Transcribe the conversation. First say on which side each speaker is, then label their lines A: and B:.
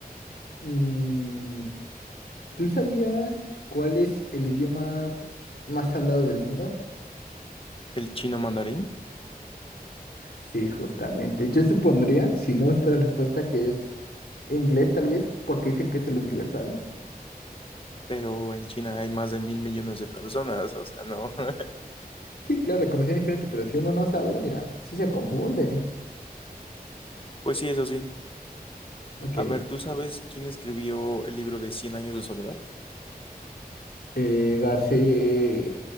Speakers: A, on the left; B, on the left.
A: Mm, ¿tú sabías cuál es el idioma más hablado del mundo?
B: ¿El chino mandarín?
A: Sí, justamente. Yo supondría, si no supiera la respuesta, que es inglés tal vez, porque dicen que es el universal.
B: pero en China hay más de mil millones de personas, o sea, no. <laughs>
A: Sí, claro, la conversación es diferente, pero si uno no sabe, mira, sí se confunde.
B: Pues sí, eso sí.
A: Ok.
B: A ver, ¿tú sabes quién escribió el libro de Cien años de soledad?
A: eh, García,